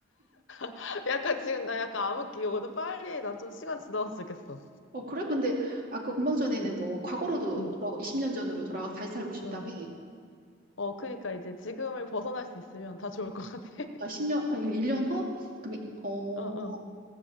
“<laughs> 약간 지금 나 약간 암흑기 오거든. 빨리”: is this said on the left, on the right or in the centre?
Left